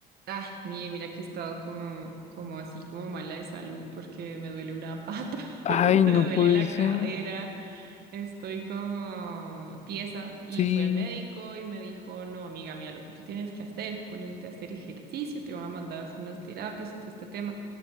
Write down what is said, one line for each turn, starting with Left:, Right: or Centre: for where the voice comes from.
Right: Ay, mire, mira que he estado como, como así, como mala de salud porque me duele una pata,
Left: Ay,
Right: <laughs> me
Left: no
Right: duele
Left: puede
Right: la
Left: ser.
Right: cadera, estoy como tiesa y
Left: Sí,
Right: fui al médico y me dijo, no, amiga, mira, lo que tú tienes que hacer es ponerte a hacer ejercicio, te van a mandar a hacer unas terapias y todo este tema.